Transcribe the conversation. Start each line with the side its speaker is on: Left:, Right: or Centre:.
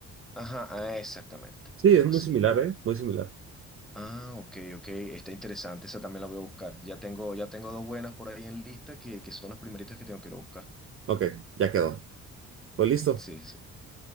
Centre: Ajá, ah, exactamente,
Right: Sí,
Centre: algo
Right: es muy
Centre: así.
Right: similar, ¿eh? Muy similar.
Centre: Ah, ok, ok, está interesante, esa también la voy a buscar. Ya tengo, ya tengo dos buenas por ahí en lista que, que son las primeritas que tengo que ir a buscar.
Right: Ok, ya quedó. Pues listo.
Centre: Sí, sí.